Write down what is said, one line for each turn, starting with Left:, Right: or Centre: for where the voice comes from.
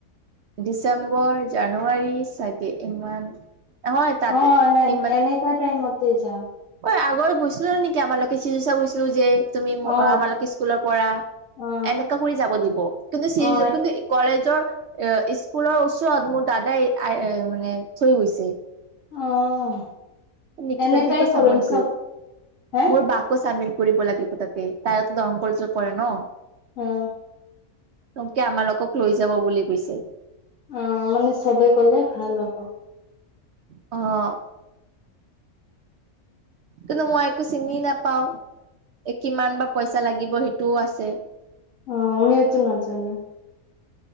Right: ডিচেম্বৰ, জানুৱাৰী চাগে ইমান। নহয় তাতে,
Left: অ এ-
Right: ইমান।
Left: এনেকা টাইমতে যাম
Right: ঐ আগৰ গৈছিলোঁ নেকি আমালোকে চিজুচা গৈছিলোঁ যে। তুমি মোৰ
Left: অ
Right: আমালোকে স্কুলৰ পৰা
Left: অ
Right: এনেকা কৰি যাব দিব কিন্তু <unintelligible>
Left: অ
Right: কিন্তু কলেজৰ এ স্কুলৰ ওচৰত মোৰ দাদাই এ মানে থৈ গৈছে।
Left: অ'
Right: নিকিতা
Left: এনেকাই
Right: <unintelligible>
Left: কৰিম চব হে
Right: মোৰ বা চামিল কৰিব লাগিব তাতে তাইয়োতো দৰং কলেজত পঢ়ে ন।
Left: অ'
Right: তংকে আমালোকক লৈ যাব বুলি কৈছে।
Left: অ' মানে চবে গ'লে ভাল হ'ব।
Right: অ' কিন্তু, মই একো চিনি নাপাওঁ, এ কিমান বা পইচা লাগিব সেইটোও আছে।
Left: অ' আমিওতো নাজানোঁ।